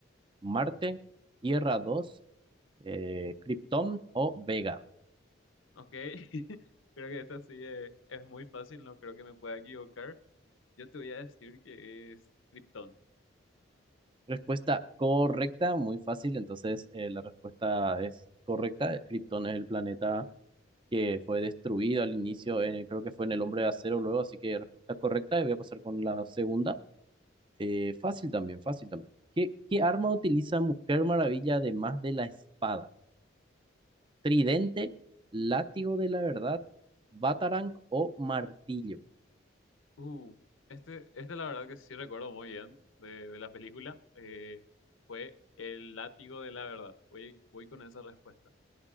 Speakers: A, on the right; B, on the left.
A: ¿Marte, Tierra 2 eh, Krypton o Vega?
B: Ok, <laughs> creo que esta sí es, es muy fácil, no creo que me pueda equivocar. Yo te voy a decir que es Krypton.
A: Respuesta correcta, muy fácil, entonces eh, la respuesta es correcta. Krypton es el planeta que fue destruido al inicio, en el- creo que fue en el Hombre de Acero luego, así que respuesta correcta, y voy a pasar con la segunda. Eh, fácil también, fácil también. ¿Qué, qué arma utiliza Mujer Maravilla además de la espada? ¿Tridente, látigo de la verdad, batarang o martillo?
B: Uh, este, este la verdad que sí recuerdo muy bien de, de la película. Eh, fue el látigo de la verdad. Voy, voy con esa respuesta.